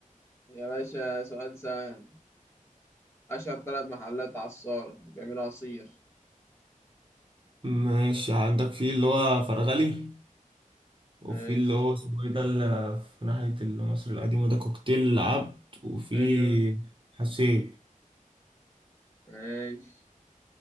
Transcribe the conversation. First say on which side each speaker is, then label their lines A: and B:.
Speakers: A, on the left; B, on the right.
A: يا باشا سؤال سهل أشهر ثلاث محلات عصارة بيعملوا عصير
B: ماشي عندك في اللي هو فرغلي وفي
A: ماشي
B: اللي هو اسمه ايه ده اللي في ناحية مصر القديمة ده كوكتيل العبد وفي
A: أيوه
B: حسين
A: ماشي